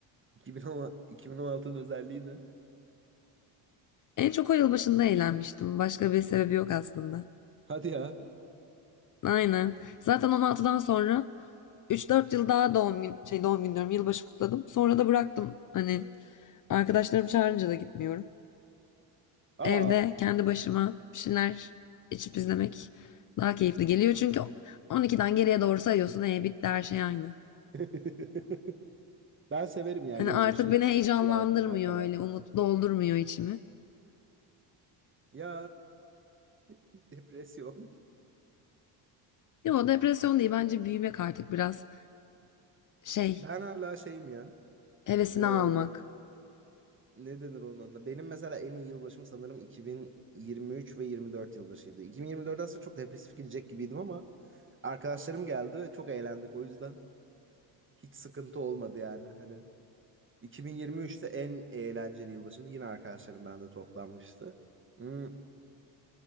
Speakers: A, on the right; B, on the left.
A: 2010 2016'nın özelliği ne?
B: En çok o yılbaşında eğlenmiştim. Başka bir sebebi yok aslında.
A: Hadi ya.
B: Aynen. Zaten 16'dan sonra 3-4 yıl daha doğum gün, şey doğum günü diyorum, yılbaşı kutladım. Sonra da bıraktım. Hani arkadaşlarım çağırınca da gitmiyorum.
A: Aa.
B: Evde kendi başıma bir şeyler içip izlemek daha keyifli geliyor. Çünkü 12'den geriye doğru sayıyorsun. E bitti her şey aynı.
A: <laughs> Ben severim ya
B: Hani
A: yılbaşı,
B: artık beni heyecanlandırmıyor
A: diğer günler falan.
B: öyle umut doldurmuyor içimi.
A: Ya <laughs> depresyon.
B: Yo depresyon değil bence büyümek artık biraz şey
A: Ben hala şeyim ya.
B: hevesini
A: Ee,
B: almak.
A: ne denir onun adına? Benim mesela en iyi yılbaşım sanırım 2023 ve 24 yılbaşıydı. 2024'den aslında çok depresif girecek gibiydim ama arkadaşlarım geldi ve çok eğlendik o yüzden hiç sıkıntı olmadı yani. Hani 2023'te en eğlenceli yılbaşımdı. Yine arkadaşlarım bende toplanmıştı. Hmm,